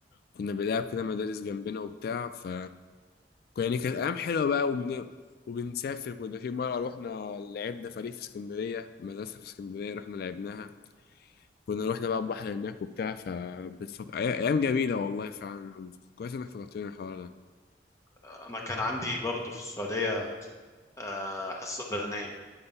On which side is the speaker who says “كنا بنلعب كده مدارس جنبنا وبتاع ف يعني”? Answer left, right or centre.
Left